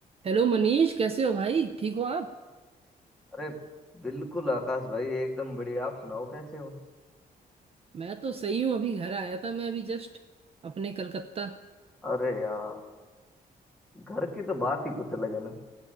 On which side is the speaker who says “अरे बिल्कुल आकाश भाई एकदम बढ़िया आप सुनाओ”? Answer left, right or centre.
Centre